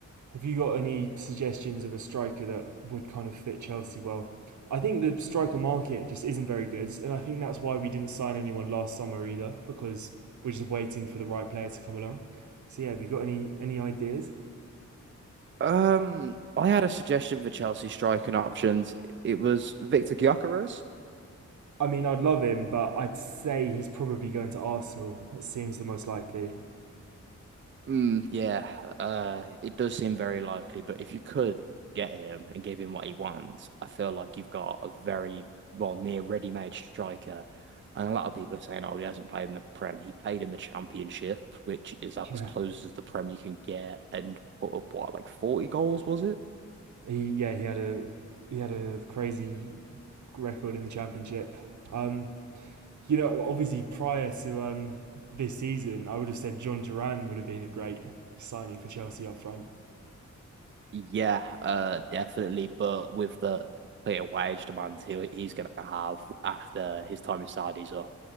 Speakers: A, on the right (about 75°); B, on the right (about 40°).
A: Have you got any suggestions of a striker that would kind of fit Chelsea well? I think the striker market just isn't very good, and I think that's why we didn't sign anyone last summer either, because we're just waiting for the right player to come along. So yeah, have you got any any ideas?
B: Um, I had a suggestion for Chelsea striking options. It was Victor Gyökeres.
A: I mean, I'd love him, but I'd say he's probably going to Arsenal. That seems the most likely.
B: Mm, yeah, uh, it does seem very likely, but if you could get him and give him what he wants, I feel like you've got a very, well, near ready-made striker. And a lot of people are saying, oh, he hasn't played in the Prem. He played in the Championship, which is as
A: Yeah,
B: close as the Prem you can get, and put up, what, like 40 goals, was it?
A: he yeah he had a he had a crazy record in the championship. Um, you know, obviously prior to um, this season, I would have said John Duran would have been a great signing for Chelsea up front.
B: Yeah, uh, definitely. But with the clear wage demands he he's going to have after his time in Saudi's up,